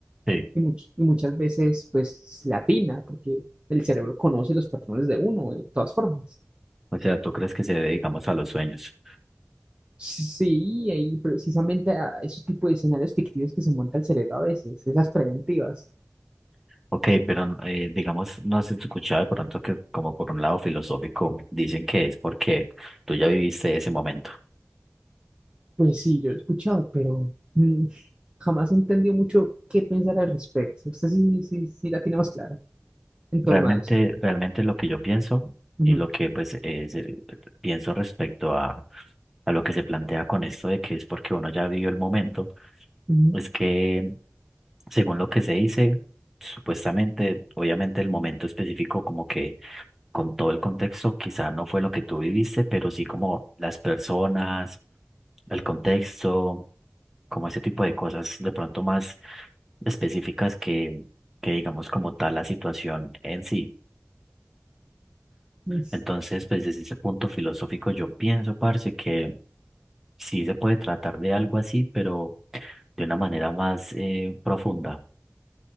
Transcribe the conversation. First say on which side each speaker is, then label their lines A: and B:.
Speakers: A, in the centre; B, on the right.
A: Sí.
B: Y, much- y muchas veces, pues, latina, porque el cerebro conoce los patrones de uno, de todas formas.
A: O sea, ¿tú crees que se debe, digamos, a los sueños?
B: Sí, y precisamente a esos tipos de escenarios ficticios que se monta el cerebro a veces, esas preventivas.
A: Ok, pero eh, digamos, no has escuchado de pronto que como por un lado filosófico dicen que es porque tú ya viviste ese momento.
B: Pues sí, yo lo he escuchado, pero mm, jamás he entendido mucho qué pensar al respecto. Usted sí, sí, sí la tiene más clara en
A: Realmente,
B: torno a eso.
A: realmente lo que yo pienso
B: Ujú,
A: y lo que pues es, eh, pienso respecto a, a lo que se plantea con esto de que es porque uno ya vivió el momento,
B: ujú.
A: es que según lo que se dice, supuestamente, obviamente el momento específico como que con todo el contexto quizá no fue lo que tú viviste, pero sí como las personas, el contexto, como ese tipo de cosas de pronto más específicas que que digamos como tal la situación en sí.
B: Es-
A: Entonces, pues desde ese punto filosófico yo pienso, parce, que sí se puede tratar de algo así, pero de una manera más eh, profunda.